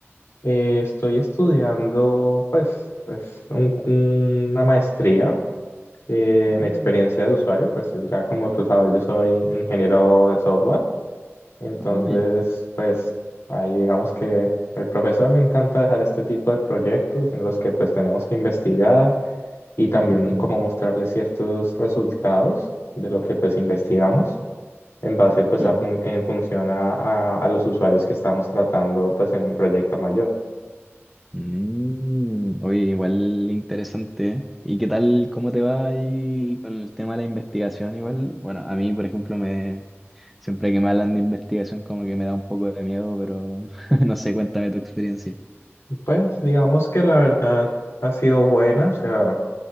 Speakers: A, on the left (about 75°); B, in the centre.
A: Eh, estoy estudiando, pues, pues un- una maestría eh,
B: Ah,
A: en experiencia de usuario, pues ya como tú sabes, yo soy ingeniero de software, entonces,
B: ah, ya.
A: pues ahí digamos que al profesor le encanta dejar este tipo de proyectos en los que pues tenemos que investigar y también
B: Mm.
A: mu- como mostrarle ciertos resultados de lo que pues investigamos en base pues
B: Claro.
A: a fun- en función a a- a los usuarios que estamos tratando pues en un proyecto mayor.
B: Mm, oye, igual interesante. ¿eh? ¿Y qué tal, cómo te va ahí con el tema de la investigación? Igual, bueno, a mí, por ejemplo, me siempre que me hablan de investigación como que me da un poco de miedo, pero <laughs> no sé, cuéntame tu experiencia.
A: Pues digamos que la verdad ha sido buena, o sea,